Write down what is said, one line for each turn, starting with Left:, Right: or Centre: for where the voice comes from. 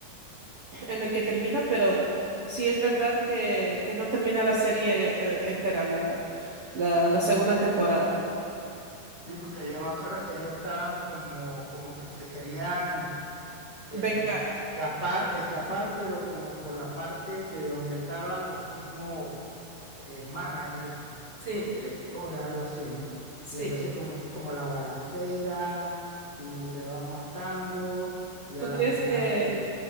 Right: <laughs> en el que termina, pero sí es verdad que, que no termina la serie eh, entera, la, la, la segunda temporada.
Left: Sí, porque yo me acuerdo que ellos estaban como, como que se querían eh,
Right: Vengar,
Left: escapar, escapar, pero como por la parte de donde estaban los mismos eh, managers, o
Right: sí,
Left: los directores, algo así, ¿no?
Right: sí.
Left: Y entonces comienza como la balacera y se van matando y a
Right: ¿Tú
Left: la
Right: crees
Left: final...
Right: que,